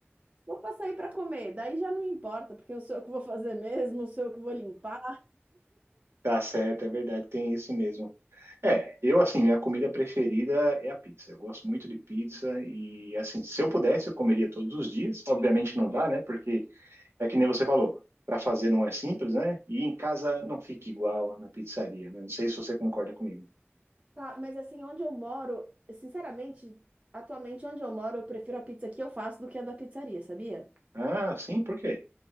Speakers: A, on the right; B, on the right.
A: Vou para sair para comer, daí já não importa, porque eu sou eu que vou fazer mesmo, sou eu que vou limpar.
B: Tá certo, é verdade, tem isso mesmo. É, eu assim, minha comida preferida é a pizza. Eu gosto muito de pizza e assim, se eu pudesse, eu comeria todos os dias. Obviamente não dá, né? Porque é que nem você falou, para fazer não é simples, né? E em casa não fica igual na pizzaria, né? Não sei se você concorda comigo.
A: Tá, mas assim, onde eu moro, sinceramente, atualmente onde eu moro, eu prefiro a pizza que eu faço do que a da pizzaria, sabia?
B: Ah, sim, por quê?